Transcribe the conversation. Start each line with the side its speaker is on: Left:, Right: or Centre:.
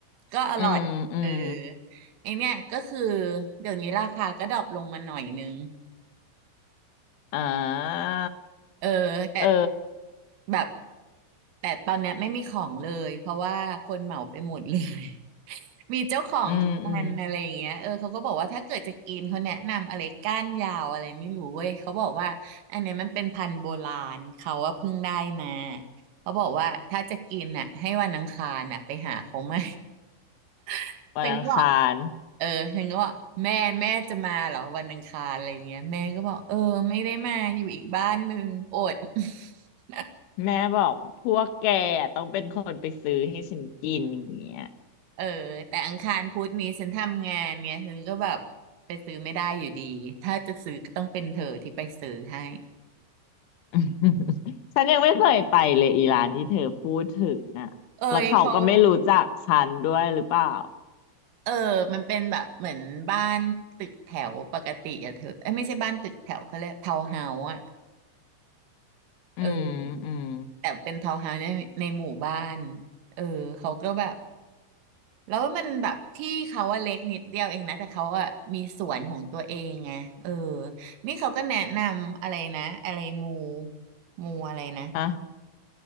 Right: ก็อร่อยเออ
Left: อืมอืม
Right: ไอเนี้ยก็คือเดี๋ยวนี้ราคาก็ดรอปลงมาหน่อยนึง
Left: อ่า
Right: เออแต่
Left: เออ
Right: แบบแต่ตอนเนี้ยไม่มีของเลยเพราะว่าคนเหมาไปหมดเลย มีเจ้าของทุกวันอะไรอย่างเงี้ยเออเขาก็บอกว่าถ้าเกิดจะกินเขาแนะนำอะไรก้านยาวอะไรไม่รู้เว้ยเขาบอกว่าอันเนี้ยมันเป็นพันธุ์โบราณเขาว่าเพิ่งได้มา
Left: อืมอืม
Right: เขาบอกว่าถ้าจะกินน่ะให้วันอังคารน่ะไปหาเขาไหม <laughs>
Left: วันอังคาร
Right: ฉันก็บอกเออฉันก็บอกแม่แม่จะมาเหรอวันอังคารอะไรอย่างเงี้ยแม่ก็บอกเออไม่ได้มาอยู่อีกบ้านหนึ่งอด <laughs>
Left: แม่บอกพวกแกต้องเป็นคนไปซื้อให้ฉันกินอย่างเงี้ย
Right: เออแต่อังคารพุธนี้ฉันทำงานเนี่ยฉันก็แบบไปซื้อไม่ได้อยู่ดีถ้าจะซื้อก็ต้องเป็นเธอที่ไปซื้อให้
Left: <laughs> ฉันยังไม่เคยไปเลยอีร้านที่เธอพูดถึงอ่ะแล้วเขาก็ไม่รู้จักฉันด้วยหรือเปล่า
Right: เอยเขาเออมันเป็นแบบเหมือนบ้านตึกแถวปกติอะเธอเอ้ยไม่ใช่บ้านตึกแถวเขาเรียกทาวน์เฮาส์อะ
Left: อืมอืม
Right: เออแต่เป็นทาวน์เฮาส์ในในหมู่บ้านเออเขาก็แบบแล้วมันแบบที่เขาว่าเล็กนิดเดียวเองนะแต่เขาอะมีสวนของตัวเองไงเออนี่เขาก็แนะนำอะไรนะอะไรมูมูอะไรนะ
Left: อ่ะ